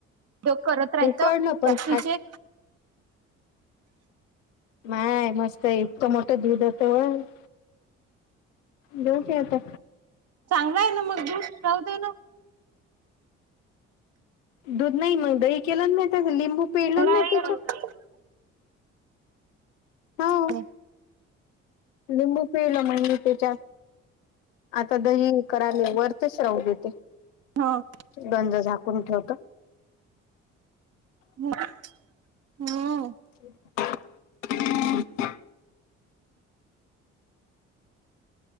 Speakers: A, on the right (about 40°); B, on the left (about 75°).
A: उद्योग करत राहत
B: उकडलं पण
A: टॅक्सीचे
B: फाट माय मस्तय इतकं मोठं दूध होत. जेवती आता.
A: चांगला आहे ना मजबूत राहू दे न.
B: दूध नाही मग दही केलं न म्या त्याच लिंबू पिळलं
A: थोडा
B: ना त्याच्यात
A: वेळ <unintelligible> <unintelligible>
B: हो लिंबू पिळलं मगं मी त्याच्यात. आता दही कराले वर तेच राहू देते.
A: हां.
B: गंज झाकून ठेवत.
A: <unintelligible> हम्म
B: <inaudible>